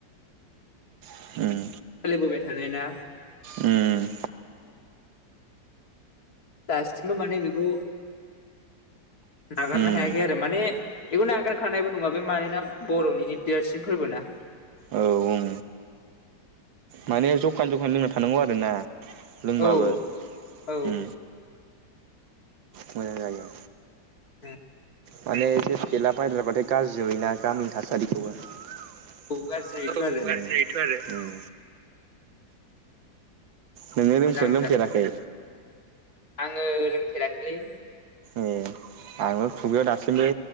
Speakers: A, on the right (about 85°); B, on the left (about 55°).
A: उम
B: सोलिबोबाय थानाय ना
A: उम
B: दासिमबो माने बिखौ नागारना
A: उम
B: हायाखै आरो माने बेखौनो नागार खानायबो नङा बे मानोना बर'निनो देरसिन फोरबो ना
A: औ उम माने जखान जखान लों थानांगौ आरो ना लोंबाबो
B: औ औ
A: उम मोजां जायो
B: उम
A: माने जे फेला बायलाबायग्राबाथाय गाज्रि गाज्रि नुयोना गामिनि थासारिखौबो औ
B: गाज्रिथ' आरो
A: गाज्रि जायो थ' आरो उम नोङो
B: मोजां
A: लोंफेरदोंना लोंफेराखै
B: ङो लोंफेराखैलै
A: ए आंनो खुगायाव दासिमबो